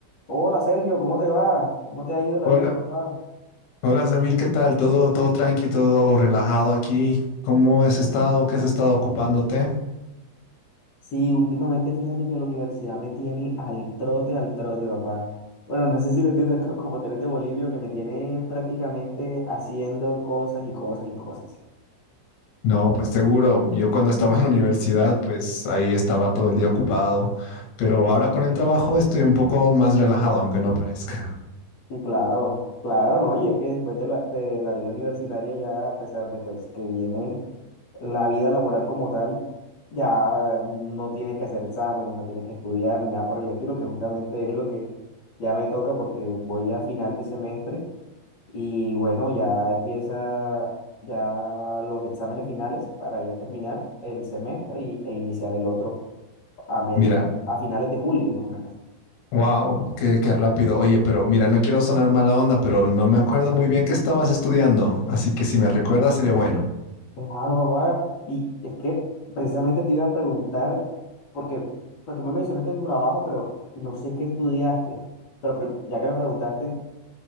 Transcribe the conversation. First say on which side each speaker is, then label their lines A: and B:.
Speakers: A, on the left (about 35°); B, on the left (about 85°).
A: Hola Sergio, ¿cómo te vas? ¿Cómo te ha ido la
B: Hola,
A: vida, papá?
B: hola Samir, ¿qué tal? Todo, todo tranqui, todo relajado aquí. ¿Cómo has estado? ¿Qué has estado ocupándote?
A: Sí, últimamente fíjate que la universidad me tiene al trote, al trote, papá. Bueno, no sé si lo entiendes co- como tú eres de Bolivia, que me tiene prácticamente haciendo cosas y cosas y cosas.
B: No, pues seguro. Yo cuando estaba en la universidad, pues ahí estaba todo el día ocupado. Pero ahora con el trabajo estoy un poco más relajado, aunque no parezca.
A: Sí, claro, claro, ¿no? Y es que después de la, de la vida universitaria ya, a pesar de pues que viene la vida laboral como tal, ya no tienes que hacer exámenes, no tienes que estudiar, nada por el estilo, que justamente es lo que ya me toca porque voy a final de semestre. Y bueno, ya empieza ya los exámenes finales para ya terminar el semestre y, e iniciar el otro a media,
B: Mira,
A: a finales de julio más o menos.
B: wow, qué, qué rápido. Oye, pero mira, no quiero sonar mala onda, pero no me acuerdo muy bien qué estabas estudiando. Así que si me recuerdas, sería bueno.
A: Claro, papá. Y es que precisamente te iba a preguntar, porque pues tú me mencionaste tu trabajo, pero no sé qué estudiaste. Pero pre- ya que me preguntaste,